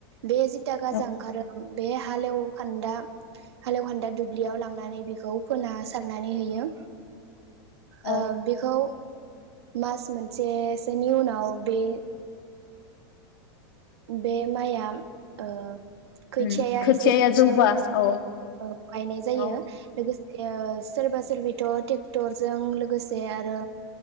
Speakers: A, on the right; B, on the left.
A: बे जिथा गाजा
B: औ
A: ओंखारो बे हालेवखान्दा हालेवखान्दा दुब्लियाव लांनानै बेखौ फोना सारनानै होयो।
B: औ
A: ओ बेखौ मास मोन मोनसे सोनि उनाव बे बे माइआ खोथियाया
B: उम खोथियाया
A: एसे गोजौ
B: जौबा
A: जाबोबा
B: औ
A: गायनाय जायो
B: औ
A: लोगोसे सोरबा सोरबिथ' ट्रेक्टरजों लोगोसे आरो